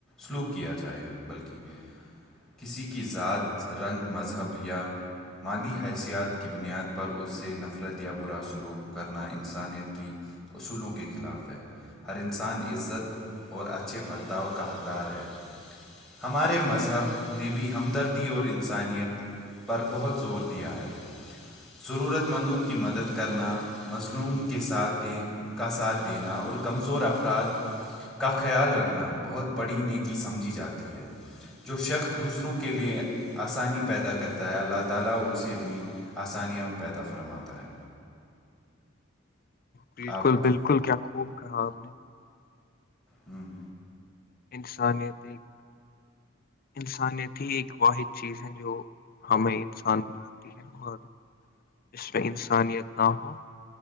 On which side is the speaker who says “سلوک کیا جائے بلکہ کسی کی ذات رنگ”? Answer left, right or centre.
Centre